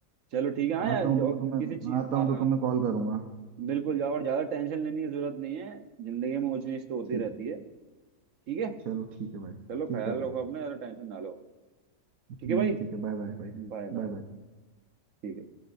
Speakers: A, on the right (about 65°); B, on the right (about 85°).
A: चलो ठीक है हाँ यार
B: आता
A: जो
B: हूँ तो मैं
A: किसी
B: तुम्हें
A: चीज
B: आता
A: हाँ
B: हूँ तो तुम्हें कॉल करूंगा
A: बिल्कुल जाओ और ज्यादा टेंशन लेने की जरूरत नहीं है जिंदगी में ऊंच नीच तो होती
B: ठीक
A: रहती है ठीक है
B: चलो ठीक है भाई
A: चलो
B: ठीक
A: ख्याल
B: है भाई
A: रखो अपना ज्यादा टेंशन ना लो
B: हम्म
A: ठीक है भाई
B: ठीक है bye bye bye
A: Bye
B: bye
A: bye
B: bye
A: ठीक है